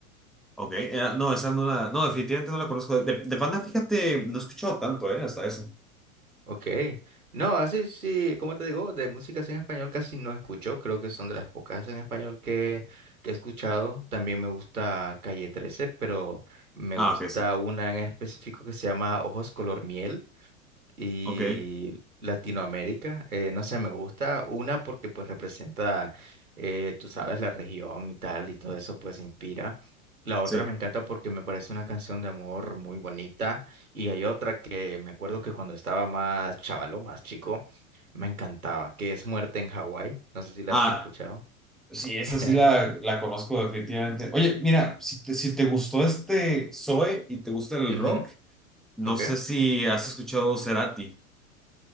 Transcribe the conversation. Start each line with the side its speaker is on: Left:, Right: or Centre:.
Centre: Ok, eh, no, esa no la, no, definitivamente no la conozco. De, de Panda, fíjate, no he escuchado tanto, ¿eh? Hasta eso.
Right: Ok. No, así sí, como te digo, de músicas en español casi no escucho. Creo que son de las pocas en español que, que he escuchado. También me gusta Calle trece, pero me
Centre: Ah,
Right: gusta
Centre: ok, sí.
Right: una en específico que se llama Ojos Color Miel y
Centre: Ok,
Right: Latinoamérica. eh, no sé, me gusta una porque pues representa, eh, tú sabes, la región y tal, y todo eso pues inspira. La otra
Centre: sí.
Right: me encanta porque me parece una canción de amor muy bonita. Y hay otra que me acuerdo que cuando estaba más chavalo, más chico, me encantaba, que es Muerte en Hawái. No sé si la
Centre: Ah,
Right: has escuchado.
Centre: sí, esa
Right: <laughs>
Centre: sí la, la conozco definitivamente. Oye, mira, si te, si te gustó este Zoe y te gusta el
Right: Ujú,
Centre: rock, no
Right: ok.
Centre: sé si has escuchado Cerati.